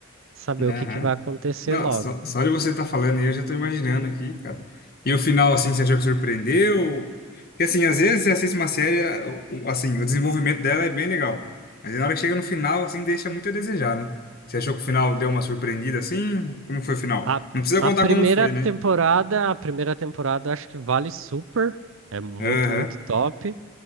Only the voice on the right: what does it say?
saber
o que que vai acontecer
logo.
A,
a primeira
temporada,
a primeira temporada eu acho que vale super, é muito,
muito top.